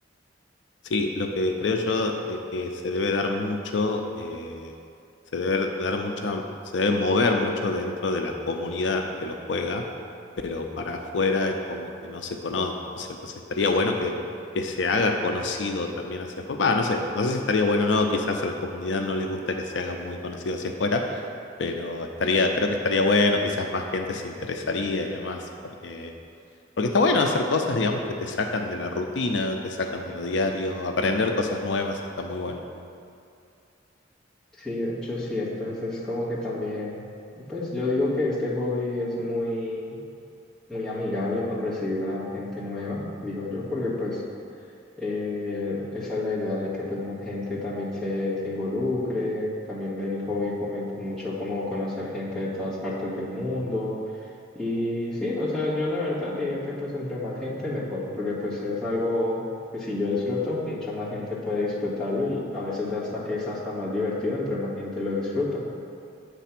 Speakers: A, on the left; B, in the centre.
A: sí, lo que creo yo de que se debe dar mucho, eh, se debe dar mucha, se debe mover mucho dentro de la comunidad que lo juega pero para afuera es como que no se conoce. Entonces estaría bueno que, que se haga conocido también hacia afuera. Bah, no sé, no sé si estaría bueno o no, quizás a la comunidad no le gusta que se haga muy conocido hacia afuera, pero estaría, creo que estaría bueno, quizás más gente se interesaría y demás, porque, porque está bueno hacer cosas, digamos, que te sacan de la rutina, te sacan de lo diario, aprender cosas nuevas está muy bueno.
B: Sí, de hecho sí, entonces como que también pues yo digo que este hobby es muy muy amigable con recibir a gente nueva, digo yo, porque pues Eh, esa es la idea de que pues más gente también se, se involucre, también el hobby fomenta mucho como conocer gente de todas partes del mundo y sí, o sea, yo la verdad diría que pues entre más gente mejor, porque pues es algo que si yo disfruto, mucha más gente puede disfrutarlo y a veces hasta es hasta más divertido entre más gente lo disfruta.